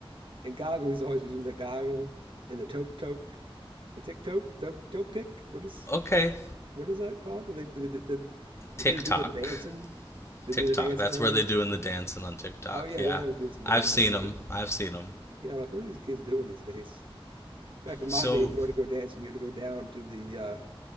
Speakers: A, on the right; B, on the left.
A: And Goggle, he's always using the goggle and the toke toke, the tick toke, toke toke tick. What is
B: Okay,
A: what is that called? When they the, the, the,
B: TikTok.
A: kids do them dancing. They
B: TikTok.
A: do the dancing
B: That's
A: on
B: where
A: there.
B: they're doing the dancing on TikTok.
A: Oh yeah,
B: Yeah,
A: they're always doing some
B: I've
A: dances.
B: seen
A: I'm
B: them.
A: like, what,
B: I've seen them.
A: yeah, I'm like what are these kids doing these days? Back in
B: So,
A: my day, if you wanted to go dancing, you had to go down to the. Uh,